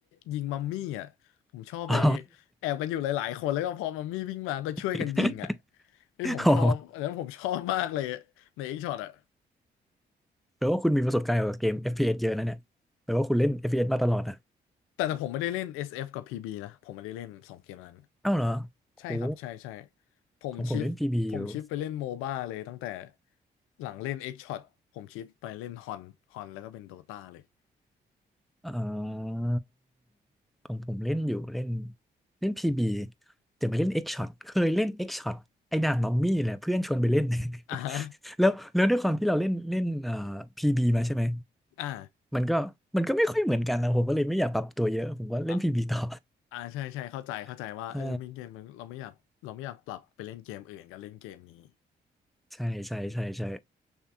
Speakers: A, on the left; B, in the centre.
A: ยิงมัมมี่อ่ะผมชอบไป
B: อ๋อ
A: แอบกันอยู่หลายๆคนแล้วก็พอมัมมี่วิ่งมาก็ช่วยกันยิงอ่ะ
B: <laughs>
A: ไอ้ยผมชอบอันนั้นผมชอบมากเลย
B: อ๋อ
A: ในเอ็กช็อตอ่ะ
B: แปลว่าคุณมีประสบการณ์เกี่ยวกับเกม FPS เอสเยอะนะเนี่ยแปลว่าคุณเล่น FPS มาตลอดนะ
A: แต่แต่ผมไม่ได้เล่น SF กับ PB นะผมไม่ได้เล่นสองเกมนั้น
B: เอ้าวเหรอโอ้
A: ใช่ครับใช่ใช่ผมชิฟผมชิฟไปเล่นโมบ้าเลยตั้งแต่
B: ของผมเล่น PB อยู่
A: หลังเล่น X Shot ผมชิฟไปเล่นฮอนฮอนแล้วก็เป็นโดตาเลย
B: อ๋อของผมเล่นอยู่เล่นเล่นพีบีแต่ไม่เล่นเอ็กช็อตเคยเล่นเอ็กช็อตไอ้ด่านมัมมี่แหละเพื่อนชวนไปเล่น
A: อ่าฮะ
B: <laughs> แล้วแล้วด้วยความที่เราเล่นเล่นเอ่อพีบีมาใช่ไหม
A: อ่า
B: มันก็มันก็ไม่ค่อยเหมือนกันนะผมก็เลยไม่อยากปรับตัวเยอะผมก็เล่นพีบีต่อ
A: อ่าอ่าใช่ใช่เข้าใจเข้าใจว่าเออมีเกมมันเราไม่อยากเราไม่อยากปรับไปเล่นเกมอื่นกับเล่นเกมนี้
B: <laughs> อ่าใช่ใช่ใช่ใช่